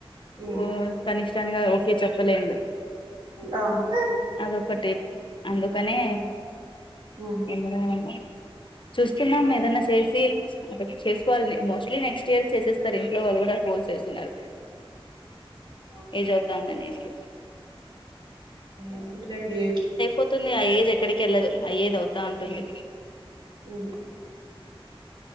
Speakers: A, on the right; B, on the left.
A: ఉమ్,
B: ఓ తన ఇష్టానిగా ఓకే చెప్పలేదు
A: అవును
B: అదొకటి అందుకనే
A: ఉమ్, ఉమ్.
B: ఇద్దర్నా చూస్తున్నాం ఏదన్నా చేసి చేసుకోవాలిని మోస్ట్లీ నెక్స్ట్ ఇయర్ చేసేస్తారు ఇంట్లో వాళ్ళు కూడా ఫోర్స్ చేస్తున్నారు
A: ఓకే
B: ఏజ్ అవుతాందనేసి
A: ఓకే ఏముందిలేండి
B: పోతుందిగా ఏజ్ ఎక్కడికి వెళ్ళదు అ ఏజ్ అవుతా ఉంటుంది
A: ఉమ్, ఉమ్,